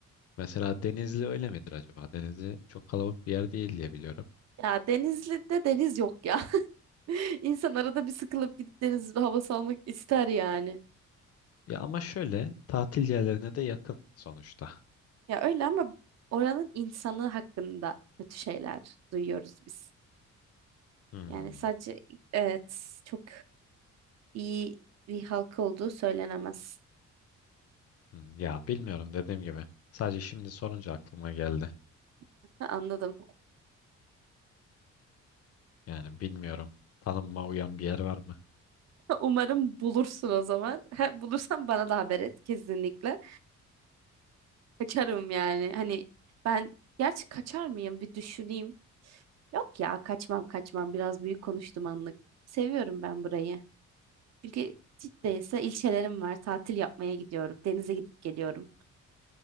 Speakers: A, on the left (about 55°); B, on the right (about 60°).
A: Mesela Denizli öyle midir acaba? Denizli çok kalabalık bir yer değil diye biliyorum.
B: Ya Denizli'de deniz yok ya. <laughs> İnsan arada bir sıkılıp gidip deniz havası almak ister yani.
A: Ya ama şöyle tatil yerlerine de yakın sonuçta.
B: Ya öyle ama oranın insanı hakkında kötü şeyler duyuyoruz biz.
A: Hmm,
B: Yani sadece evet çok iyi bir halk olduğu söylenemez.
A: hmm. Ya bilmiyorum dediğim gibi. Sadece şimdi sorunca aklıma geldi.
B: <laughs> Ha, anladım.
A: Yani bilmiyorum. Tanınma uyan bir yer var mı?
B: Umarım bulursun o zaman. <laughs> bulursan bana da haber et kesinlikle. Kaçarım yani. Hani ben gerçi kaçar mıyım bir düşüneyim. Yok ya kaçmam kaçmam biraz büyük konuştum anlık. Seviyorum ben burayı. Çünkü Cidde ise ilçelerim var. Tatil yapmaya gidiyorum. Denize gidip geliyorum.